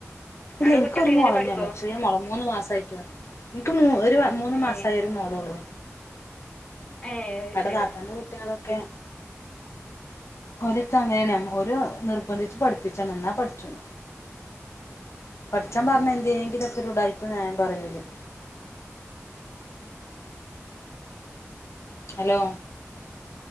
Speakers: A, on the left; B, on the left.
A: ഇല്ല
B: അവിടെ
A: എനക്ക്
B: കുട്ടികളൊക്കെ
A: ഒരു മോളന്നേയുള്ളൂ
B: എങ്ങനെ പഠിക്കോ
A: ചെറിയ മോളാ മൂന്ന് മാസമായിട്ടെ ഉള്ളു എനിക്ക് ഒരു മൂന്ന്
B: ഏഹ്
A: മാസമായി ഒര് മോളെള്ളൂ
B: ഏഹ് അത്
A: അവിടെ
B: ശരി
A: താത്താന്റെ കുട്ടികളൊക്കെ ഓലക്കെ അങ്ങനെയന്നെയാണ് ഓല് നിർബന്ധിച്ച് പഠിപ്പിച്ചണം എന്നാ പഠിച്ചും പഠിച്ചാൻ പറഞ്ഞ എന്തേങ്കിലുംവൊക്കെ ഒരുടായിപ്പ് ന്യായം പറഞ്ഞ് വരും ഹലോ